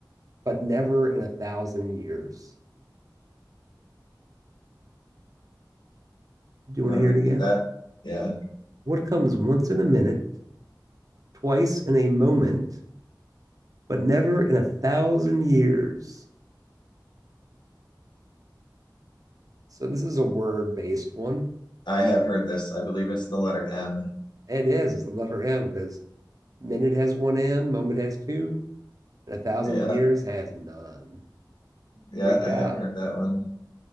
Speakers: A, on the right (about 50°); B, on the left (about 75°).
A: but never in a thousand years? Do you
B: You
A: want
B: want
A: to hear
B: to repeat
A: it again?
B: that? Yeah,
A: What comes once in a minute, twice in a moment, but never in a thousand years? So this is a word-based one.
B: I have heard this. I believe it's the letter M.
A: It is. It's the letter M because minute has one M, moment has two, and a thousand
B: Yeah,
A: years has none.
B: yeah,
A: Great
B: I
A: job.
B: have heard that one.